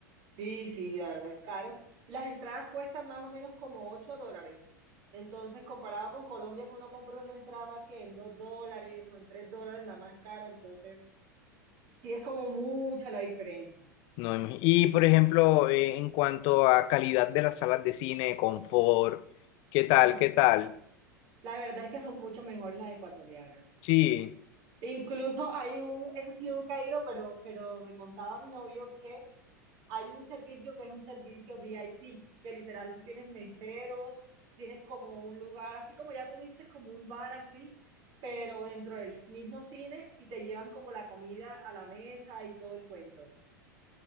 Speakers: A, on the right; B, on the left.
A: Sí, sí, la verdad es caro. Y las entradas cuestan más o menos como 8 dólares. Entonces, comparado con Colombia, que uno compra una entrada que en 2 dólares o en 3 dólares la más cara, entonces sí es como mucha la diferencia.
B: No, imagi- y por ejemplo, eh, en cuanto a calidad de las salas de cine, confort, ¿qué tal?
A: <laughs>
B: ¿Qué tal?
A: La verdad es que son mucho mejores las ecuatorianas.
B: Sí.
A: Incluso hay un, ese ha sido un caído, pero, pero me contaba mi novio que hay un servicio que es un servicio VIP, que literal tú tienes meseros, tienes como un lugar, así como ya tuviste como un bar así, pero dentro del mismo cine y te llevan como la comida a la mesa y todo el cuento.